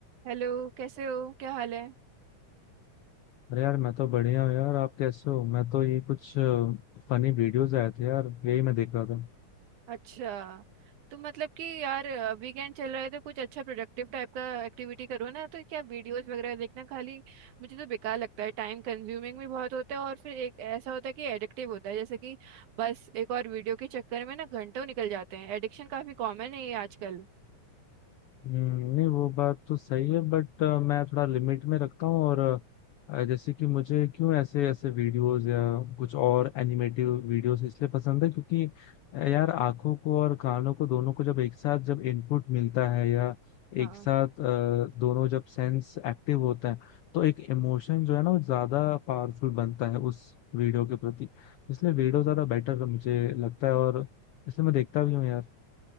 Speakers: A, on the right; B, on the left.
A: Hello कैसे हो क्या हाल है
B: अरे यार मैं तो बढ़िया हूँ यार आप कैसे हो मैं तो ये कुछ फनी वीडियोस आए थे यार यही मैं देख रहा था
A: अच्छा तो मतलब कि यार वीकेंड चल रहा है तो कुछ अच्छा प्रोडक्टिव टाइप का एक्टिविटी करो ना तो क्या वीडियोस वगैरह देखना खाली मुझे तो बेकार लगता है टाइम कंज्यूमिंग भी बहुत होता है और फिर एक ऐसा होता है कि एडिक्टिव होता है जैसे कि बस एक और वीडियो के चक्कर में ना घंटों निकल जाते हैं एडिक्शन काफी कॉमन है ये आजकल
B: हम्म, नहीं वो बात तो सही है बट मैं थोड़ा लिमिट में रखता हूँ और अ, जैसे कि मुझे क्यों ऐसे ऐसे वीडियोस या कुछ और एनिमेटिव वीडियोस इसलिए पसंद है क्योंकि अ, यार आंखों को और कानों को दोनों को जब एक साथ जब इनपुट मिलता है या
A: हाँ
B: एक साथ अ, दोनों जब सेंस एक्टिव होते हैं तो एक इमोशन जो है ना वो ज्यादा पावरफुल बनता है उस वीडियो के प्रति इसलिए वीडियो ज्यादा बेटर मुझे लगता है और इसलिए मैं देखता भी हूँ यार